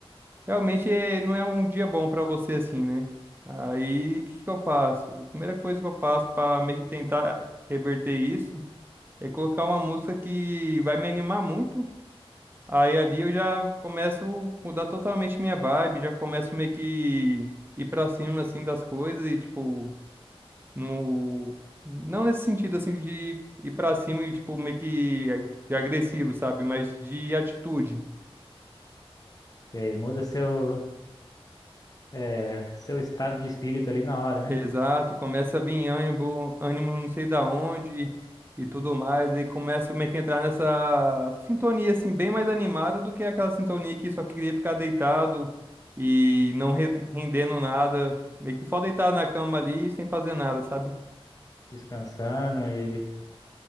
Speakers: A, on the right; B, on the left.
A: realmente é- não é um dia bom pra você, assim, né? Aí, o que que eu faço? A primeira coisa que eu faço pra meio que tentar reverter isso é colocar uma música que vai me animar muito. Aí ali eu já começo a mudar totalmente minha vibe, já começo meio que ir pra cima, assim, das coisas e, tipo. No... Não nesse sentido, assim, de ir pra cima e, tipo, meio que ag- de agressivo, sabe? Mas de atitude.
B: é, muda seu, é, seu estado de espírito ali na hora, né?
A: Exato, começa a vir ânimo, ânimo não sei da onde e tudo mais. Aí começa meio que entrar nessa sintonia, assim, bem mais animada do que aquela sintonia que só queria ficar deitado e não re- rendendo nada. Meio que só deitado na cama ali sem fazer nada, sabe?
B: Descansando e